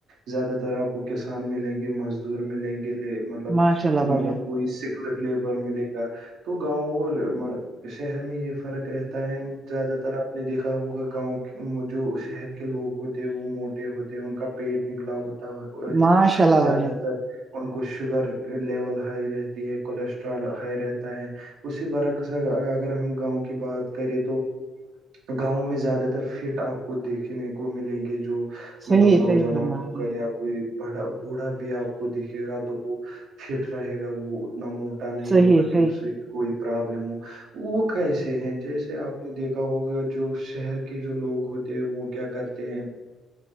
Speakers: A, on the right; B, on the right.
A: زیادہ تر آپ کو کسان ملیں گے مزدور ملیں گے گے مطلب
B: ماشاء اللہ بھائی
A: مطلب
B: جان
A: کوئی سکھ لگ لے ملے گا تو گاؤں اور شہر میں یہ فرق رہتا ہے زیادہ تر آپ نے دیکھا ہوگا گاؤں جو شہر کے لوگ ہوتے وہ موٹے ہوتے ہیں ان کا پیٹ نکلا ہوتا ہے وہ
B: ماشاء
A: ہے
B: اللہ
A: زیادہ
B: بھائی جان
A: تر ان کو شوگر لیول ہائی رہتی ہے کولیسٹرول ہائی رہتا ہے اسی برک اگر ہم گاؤں کی بات کریں تو گاؤں میں زیادہ تر فٹ آپ کو دیکھنے کو ملیں گے جو مطلب
B: صحیح
A: نوجوان
B: صحیح فرمایا
A: ہوگا
B: آپ نے
A: یا کوئی بڑا بوڑھا بھی آپ کو دیکھے گا تو وہ فٹ رہے گا وہ اتنا موٹا نہیں
B: صحیح
A: ہوگا کہ
B: صحیح
A: اس سے کوئی پرابلم ہو وہ کیسے ہیں جیسے آپ دیکھا ہوگا جو شہر کے جو لوگ ہوتے ہیں وہ کیا کرتے ہیں